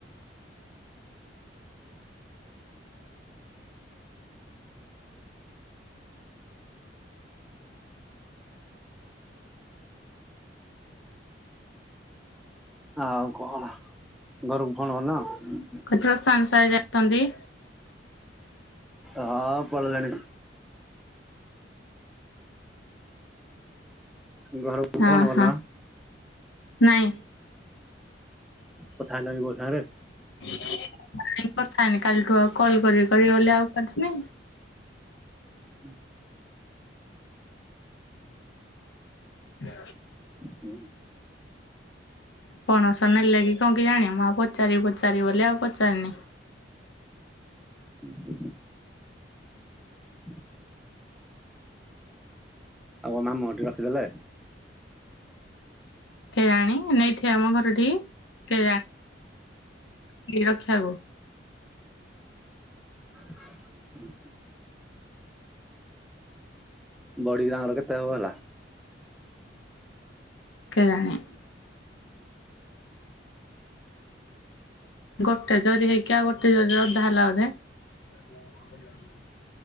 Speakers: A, in the centre; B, on the left (about 85°).
A: ଆଉ କଣ ଘରକୁ ଫୋନ୍ କରିନ?
B: ପ୍ରଶାନ୍ତ ସାର ଯାଇଛନ୍ତି।
A: ହଁ ପଳେଇଲାଣି। ଘରକୁ।
B: ହଁ
A: ଫୋନ କଲ
B: ହଁ ନାଇଁ
A: କଥା ହେଲଣି ବୋଉ ସାଙ୍ଗରେ?
B: ନାଇଁ କଥା ହେଇନି କାଲିଠୁ ଆଉ କଲ କରିବି କରିବି ବୋଲି ଆଉ କରିିନି।
A: ହୁଁ।
B: ହ
A: ହୁଁ।
B: ପଣସ ନେଲେ କି କଣ କେଜାଣି ମୁଁ ଆଉ ପଚାରିବି ପଚାରିବି ବୋଲି ଆଉ ପଚାରିନି।
A: ହୁଁ। ହୁଁ। ଆଉ କଣ ମାମୁ ଘରଠି ରଖିଦେଲେ?
B: କେଜାଣୀ ନେଇଥିବ ଆମ ଘରଠିକୀ କେଜାଣୀ ରଖିବାକୁ
A: ହ ବଡି ଗାଁର କେତେ ହବ ହେଲା?
B: କେଜାଣି। ଗୋଟେ ଜରି ହେଇକି ଆଉ ଗୋଟେ ଜରିର ଅଧା ହେଲା ବୋଧେ। ଜ